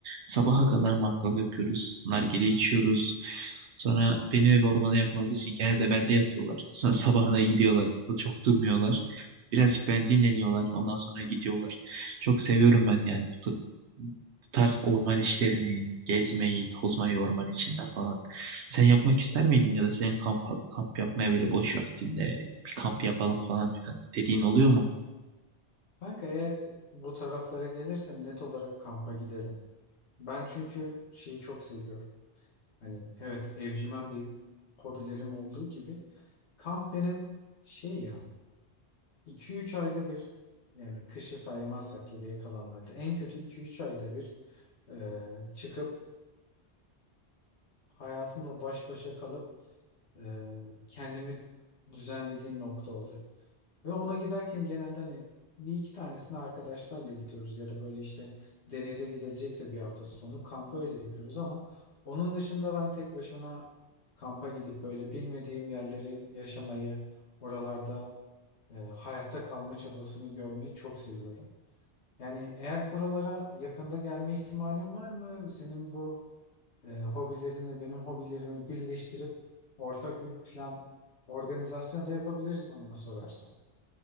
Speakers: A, on the right; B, on the left.
A: Sabaha kadar mangal yapıyoruz. Nargile içiyoruz. Sonra benim ev ormana yakın olduğu için gene de bende yatıyorlar. <laughs> Sonra sabahına gidiyorlar. Ya da çok durmuyorlar. Birazcık ben dinleniyorlar. Ondan sonra gidiyorlar. Çok seviyorum ben yani bu, bu tarz orman işlerini, gezmeyi, tozmayı orman içinde falan. Sen yapmak ister miydin ya da senin kamp, kamp yapmaya böyle boş vaktinde bir kamp yapalım falan filan dediğin oluyor mu?
B: Kanka eğer bu taraflara gelirsen net olarak kampa giderim. Ben çünkü şeyi çok seviyorum. Hani evet evcimen bir hobilerim olduğu gibi kamp benim şey ya iki üç ayda bir yani kışı saymazsak geriye kalanlarda en kötü iki üç ayda bir e, çıkıp hayatımla baş başa kalıp e, kendimi düzenlediğim nokta oluyor. Ve ona giderken genelde hani bir iki tanesini arkadaşlarla gidiyoruz ya da böyle işte denize gidilecekse bir hafta sonu kampa öyle yapıyoruz ama onun dışında ben tek başıma kampa gidip böyle bilmediğim yerleri yaşamayı, oralarda e, hayatta kalma çabasını görmeyi çok seviyorum. Yani eğer buralara yakında gelme ihtimalin var mı? Senin bu e, hobilerinle benim hobilerimi birleştirip ortak bir plan, organizasyon da yapabiliriz bana sorarsan.